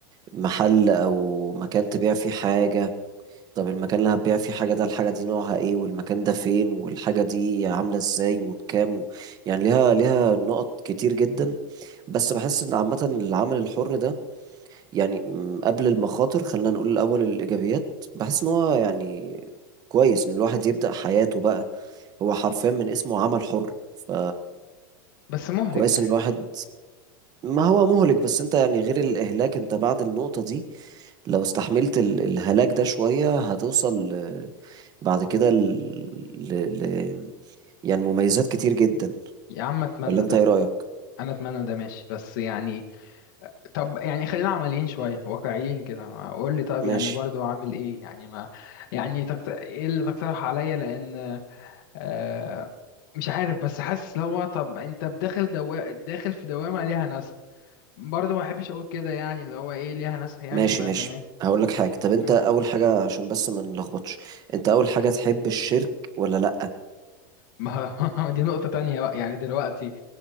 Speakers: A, on the right; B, on the left.
A: محل او مكان تبيع فيه حاجة طب المكان اللي هتبيع فيه حاجة ده الحاجة دي نوعها ايه والمكان ده فين والحاجة دي عاملة ازاي وبكام و... يعني ليها ليها نقط كتير جدا بس بحس ان عامة العمل الحر ده يعني م، قبل المخاطر خلينا نقول الأول الإيجابيات بحس إن هو يعني كويس إن الواحد يبدأ حياته بقى هو حرفيا من اسمه عمل حر ف
B: بس مهلك
A: كويس إن الواحد ما هو مهلك بس أنت يعني غير الإهلاك أنت بعد النقطة دي لو استحملت ال- الهلاك ده شوية هتوصل ل- بعد كده ل... ل... ل... يعني مميزات كتير جدا
B: يا عم أتمنى
A: ولا أنت
B: ده
A: إيه رأيك؟
B: أنا أتمنى ده ماشي بس يعني طب يعني خلينا عمليين شوية واقعيين كده ما قول لي طيب يعني
A: ماشي
B: برضو اعمل ايه يعني ما يعني تقت... ايه اللي تقترح عليا لان آه مش عارف بس حاسس اللي هو طب انت بداخل دو... داخل في دوامة ليها ناس برضو ما احبش اقول كده يعني اللي هو ايه ليها ناس يعني
A: ماشي
B: ما
A: ماشي
B: تمام
A: هقول لك حاجة طب أنت
B: أوه.
A: أول حاجة عشان بس ما نلخبطش أنت أول حاجة تحب الشرك ولا لأ؟
B: ما <laughs> ما دي نقطة تانية بقى يعني دلوقتي